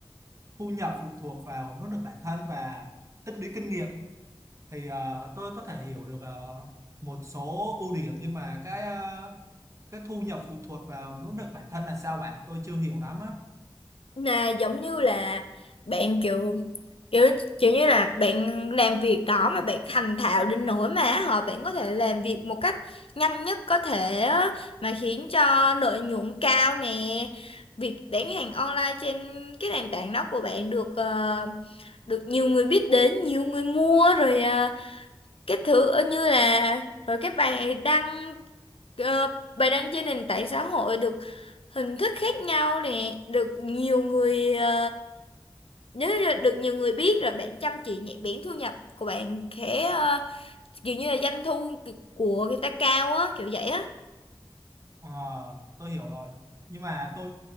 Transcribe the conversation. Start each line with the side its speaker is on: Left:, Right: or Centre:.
Right: thu nhập phụ thuộc vào nỗ lực bản thân và tích lũy kinh nghiệm thì ờ, tôi có thể hiểu được ờ, một số ưu điểm nhưng mà cái ờ, cái thu nhập phụ thuộc vào nỗ lực bản thân là sao bạn tôi chưa hiểu lắm á
Left: là giống như là bạn kiểu kiểu kiểu như là bạn làm việc đó mà bạn thành thạo đến nỗi mà họ bạn có thể làm việc một cách nhanh nhất có thể á, mà khiến cho lợi nhuận cao nè việc bán hàng online trên cái nền tảng đó của bạn được ờ, được nhiều người biết đến nhiều người mua rồi ờ, cái thứ ờ, như là rồi các bài đăng ờ, bài đăng trên nền tảng xã hội được hình thức khác nhau nè được nhiều người ờ, nếu như là được nhiều người biết rồi bạn chăm chỉ nhạy bén thu nhập của bạn khẽ ờ, kiểu như là doanh thu của người ta cao á kiểu vậy á
Right: Ờ, tôi hiểu rồi nhưng mà tôi